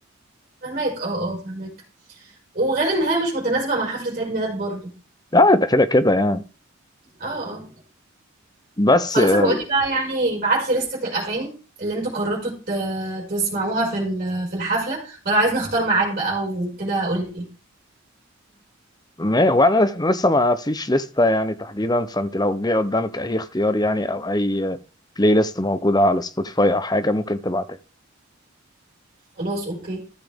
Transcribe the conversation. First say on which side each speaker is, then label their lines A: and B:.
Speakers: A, on the right; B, on the left.
A: فهماك اه اه فهماك وغير ان هي مش متناسبة مع حفلة عيد ميلاد برضو
B: لا ده كده كده يعني
A: اه اه
B: بس
A: خلاص
B: آه،
A: بقول لي بقى يعني بعت لي لستة الأغاني اللي انتوا قررتوا ت- تسمعوها في ال- في الحفلة ولو عايز نختار معاك بقى وكده قول لي
B: ما وانا لس- لسه ما فيش لستة يعني تحديدا فانت لو جه قدامك اي اختيار يعني او اي بلاي ليست موجودة على سبوتيفاي او حاجة ممكن تبعتها
A: خلاص اوكي